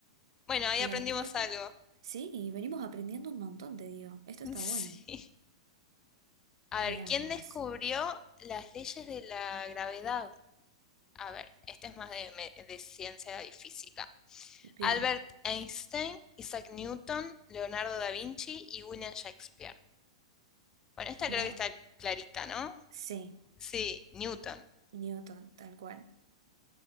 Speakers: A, on the left; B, on the right.
A: Bueno, ahí
B: La
A: aprendimos
B: Tierra.
A: algo.
B: Sí, y venimos aprendiendo un montón, te digo. Esto
A: <laughs>
B: está
A: Sí.
B: bueno.
A: A ver,
B: Veamos.
A: ¿quién descubrió las leyes de la gravedad? A ver, este es más de, me- de ciencia y física.
B: Bien.
A: Albert Einstein, Isaac Newton, Leonardo da Vinci y William Shakespeare. Bueno, esta
B: Bueno,
A: creo que está clarita, ¿no?
B: sí,
A: Sí, Newton.
B: Newton, tal cual.